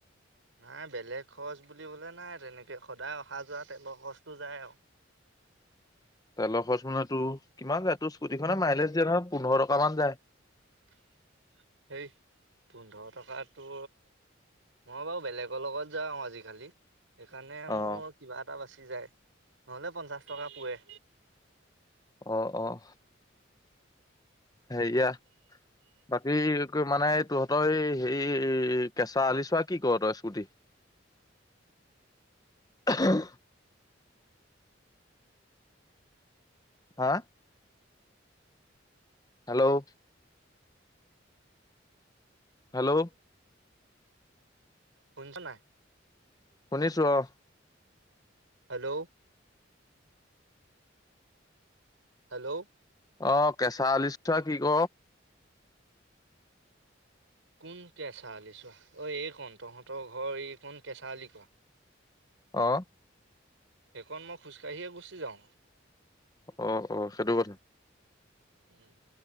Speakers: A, on the right; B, on the left.
A: নাই, বেলেগ খৰছ বুলিবলে নাই। তেনেকে সদায় অ হা যোৱা, তেলৰ খৰছটো যায় আও।
B: তেলৰ খৰছ মানে টো, কিমান যায়? তোৰ স্কুটিখনে মাইলেজ দিয়ে নহ'য়। পোন্ধৰ টকা মান যায়।
A: উ <unintelligible> এইট পোন্ধৰত। থকাটো, মই বাৰু বেলেগৰ লগত যাওঁ আজি-কালি। সেইকাৰণে
B: অ',
A: মোৰ কিবা এটা বাচে। যায়, নহ'লে পঞ্চাছ টকা পোৱে।
B: অঁ, অঁ সেইয়া বা এই কে মানে তহঁতৰ, এই হেৰি কেঁচা আলিছোৱাত কি ক তই স্কুটি?
A: <unintelligible>
B: আহ হা হেল্ল' হেল্ল'
A: শুনিছো নাই
B: শুনিছো অ
A: হেল্ল' হেল্ল'
B: অ কেঁচা আলিচোৱা কি ক
A: কোন কেঁচা আলি চোৱা অ ঐ এই কণ তহঁতৰ ঘৰ এই কণ কেঁচা আলি কোৱা।
B: আহ
A: সেইকণ মই খোজকাঢ়িয়ে গুচি যাওঁ।
B: অ অ সেইটো কথা
A: উম